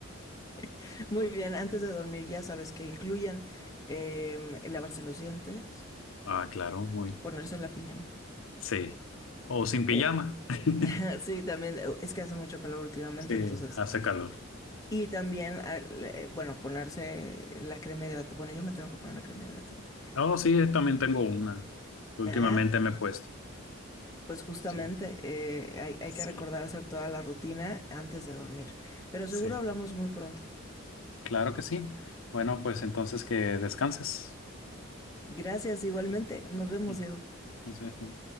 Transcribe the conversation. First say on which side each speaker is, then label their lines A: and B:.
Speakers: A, on the left (about 15°); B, on the left (about 75°).
A: <laughs> Muy bien, antes de dormir ya sabes que incluyen em, lavarse los dientes,
B: Ah, claro, muy,
A: ponerse la pijama.
B: Sí. O sin pijama.
A: Eh,
B: <laughs>
A: <laughs> sí, también, eh, es que hace mucho calor últimamente,
B: Sí,
A: entonces.
B: hace calor.
A: Y también, al- eh, bueno, ponerse la crema hidratante. Bueno, yo me tengo que poner la crema hidratante.
B: Oh, sí, eh, también tengo una. Últimamente
A: Ah,
B: me he puesto.
A: Pues justamente,
B: Sí,
A: eh, hay, hay
B: sí,
A: que recordar hacer toda la rutina antes de dormir. Pero
B: sí.
A: seguro hablamos muy pronto.
B: Claro que sí. Bueno, pues entonces que descanses.
A: Gracias igualmente. Nos vemos,
B: Sí,
A: Diego.
B: nos vemos.